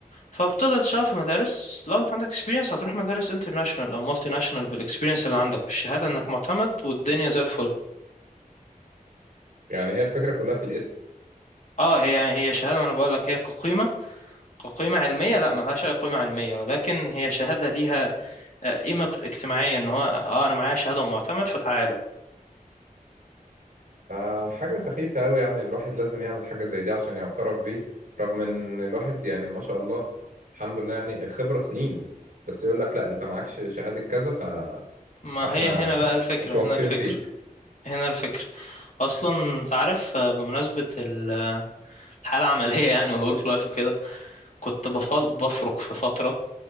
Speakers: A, on the left (about 55°); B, on the right (about 75°).
A: فبتقدر تشتغل في مدارس لو أنت عندك اكسبيرينس هتروح مدارس انترناشونال أو مالتي ناشونال بالاكسبيرينس اللي عندك والشهادة إنك معتمد والدنيا زي الفل
B: يعني هي الفكره كلها في الاسم
A: اه هي يعني هي شهادة ما أنا بقول لك هي كقيمة كقيمة علمية لا ملهاش أي قيمة علمية ولكن هي شهادة ليها آه، قيمة اجتماعية إن هو اه أنا معايا شهادة ومعتمد فتعال
B: فحاجة سخيفة أوي يعني الواحد لازم يعمل حاجة زي دي عشان يعترف بيه رغم إن الواحد يعني ما شاء الله الحمد لله يعني الخبرة سنين بس يقول لك لا أنت معكش شهادة كذا ف...
A: ما
B: فإحنا
A: هي هنا بقى الفكرة
B: مش واثقين
A: هنا الفكرة
B: فيك
A: هنا الفكرة أصلا أنت عارف آه، بمناسبة ال- الحالة العملية يعني والورك لايف وكده كنت بف- بفرك في فترة